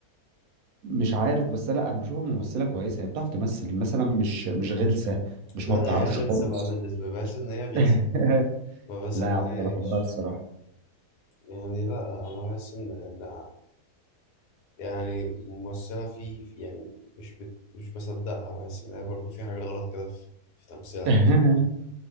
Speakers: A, on the right (about 70°); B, on the left (about 85°).
A: مش عارف بس لا انا بشوفها ممثله كويسه هي بتعرف تمثل مثلا مش مش غلسه مش
B: لا
A: ما بتعرفش
B: لا هي غلسة
A: خالص
B: بقى بالنسبة لي بحس إن هي غلسة
A: <laughs>
B: ما بصدقهاش
A: لا يا عبله بحبها الصراحه
B: يعني لا أنا بحس إن إن يعني ممثلة في في- يعني مش بت مش بصدقها بحس إن هي برضو في حاجة غلط كده في في تمثيلها
A: <laughs>